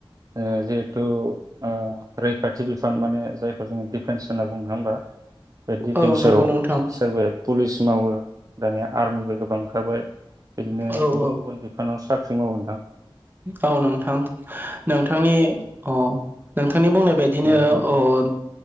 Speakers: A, on the right (about 40°); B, on the right (about 20°).
A: ओ जिहेथु ओ रैखाथि बिफान माने जायखौ जोङो दिफेन्स होनना बुङो नोंङा होनबा <unintelligible> दिफेन्सआव
B: औ नंगौ नोंथां
A: सोरबाया पुलिस मावओ दानिया आरमिबो गोबां ओंखारबाय बिदिनो
B: औ
A: गुबुन
B: औ
A: गुबुन बिफानाव साख्रि मावगोन दां
B: औ नोंथां नोंथांनि ओअ नोंथांनि बुंनाय बायदिनो
A: औ बुंबाय
B: ओअ